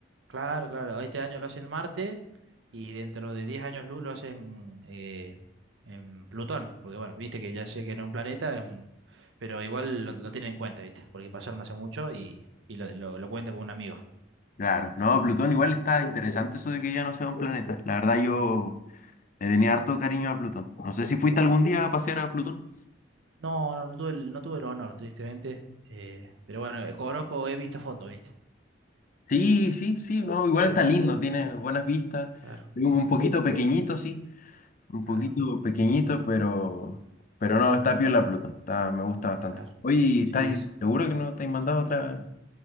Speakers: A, on the right (about 80°); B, on the left (about 45°).
A: Claro, claro. Este año lo hacen en Marte y dentro de 10 años luz lo hacen eh, en Plutón. Porque bueno, viste que ya sé que no es un planeta, es un... pero igual lo, lo tienen en cuenta, viste, porque pasaron hace mucho y, y lo, lo, lo cuentan como un amigo.
B: Claro, no, Plutón igual está interesante eso de que ya no sea un planeta. La verdad yo le tenía harto cariño a Plutón. No sé si fuiste algún día a pasear a Plutón.
A: No, no, no tuve el, no tuve el honor, tristemente. eh, pero bueno, eh, conozco, he visto fotos, viste.
B: Sí, sí, sí, no, igual
A: Claro,
B: está lindo, tiene buenas vistas.
A: claro,
B: Es Un poquito pequeñito, sí, un poquito
A: claro,
B: pequeñito, pero, pero no, está piola Plutón, está, me gusta bastante.
A: claro.
B: Oye, ¿estáis
A: Sí. sí.
B: seguro que no te has mandado otra,